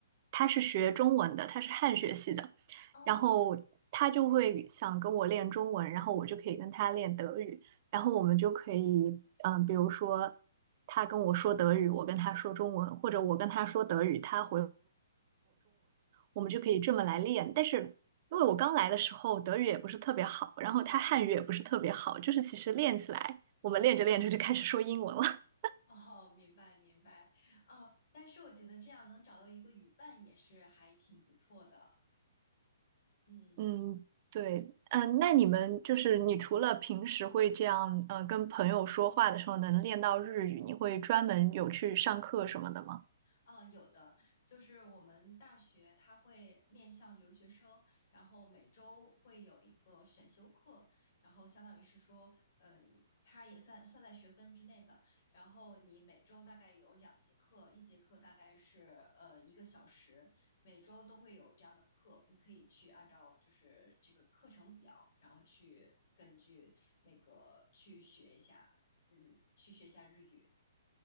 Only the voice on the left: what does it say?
哦。
<laughs> 哦，明白明白，哦，但是我觉得这样能找到一个语伴也是还挺不错的，嗯嗯。
啊，有的，就是我们大学它会面向留学生，然后每周会有一个选修课，然后相当于是说，嗯，它也算算在学分之内的。然后你每周大概有两节课，一节课大概是呃一个小时，每周都会有这样的课，你可以去按照就是这个课程表，然后去根据那个去学一下日，去学一下日语。